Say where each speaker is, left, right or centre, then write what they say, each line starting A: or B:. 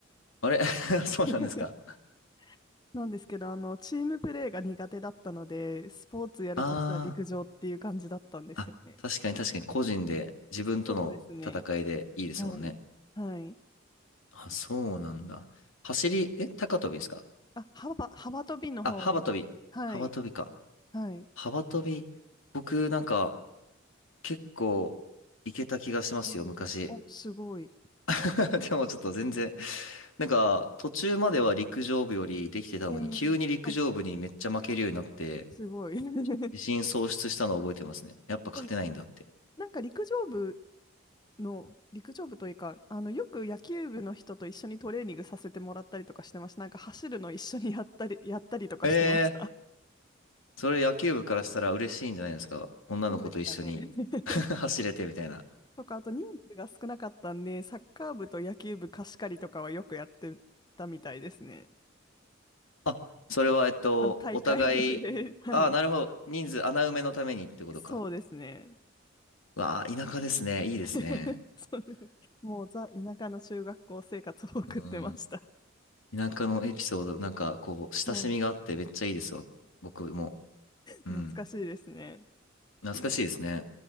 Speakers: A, on the left; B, on the left.
A: あれ <laughs> そうなんですか。
B: <laughs> なんですけど、あの、チームプレーが苦手だったので、スポーツやるとしたら陸上っていう感じだったんですよね。
A: あー、あ、確かに確かに個人で、自分との戦いでいいですもんね。
B: そうですね。はい。はい。
A: あ、そうなんだ。走り、え、高跳びですか
B: あ、幅、幅跳びの方です。
A: あ、幅跳び。
B: はい。
A: 幅跳びか。
B: はい。
A: 幅跳び。僕、なんか、結構、いけた気がしますよ、
B: ええお、
A: 昔。
B: すごい。
A: <laughs> でも、ちょっと全然、なんか、途中までは陸上部よりできてたのに、
B: ええあ、
A: 急に陸上部にめっちゃ負けるようになって、
B: すごい。<laughs>
A: 自信喪失したのを覚えてますね。やっぱ勝てないんだって。
B: でも、なんか陸上部の、陸上部というか、あの、よく野球部の人と一緒にトレーニングさせてもらったりとかしてました。なんか走るの一緒にやったり、<laughs> やったりとかしてました。
A: えー、それ野球部からしたら嬉しいんじゃないですか。女の子と一緒に
B: そうですかね。<laughs>
A: <laughs> 走れてみたいな。
B: とか、あと人数が少なかったんで、サッカー部と野球部貸し借りとかはよくやってたみたいですね。
A: あ、それは、えっと、
B: あの、大会で。
A: お互い、
B: <laughs> はい。
A: ああ、なるほど。人数、穴埋めのためにってことか。
B: そうですね。
A: わあ、田舎ですね。いいですね。
B: <laughs> そうです。もうザ・田舎の中学校生活を送ってました。
A: うん。田舎のエピソード、なんか、こう、親しみがあってめっちゃいいですわ。
B: はい。
A: 僕も。うん。
B: 懐かしいですね。
A: 懐かしいですね。